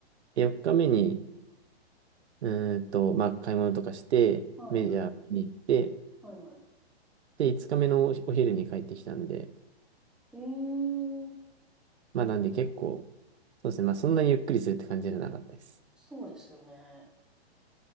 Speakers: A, on the right; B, in the centre.
A: で、4日目に、うーんと、まあ、買い物とかして、
B: はい
A: メジャー見に行って、
B: はいは
A: で、5日目のお昼に帰ってきたんで、
B: い。えー、
A: まあなんで結構、そうですね。まあそんなにゆっくりするって感じじゃなかったです。
B: そうですよね。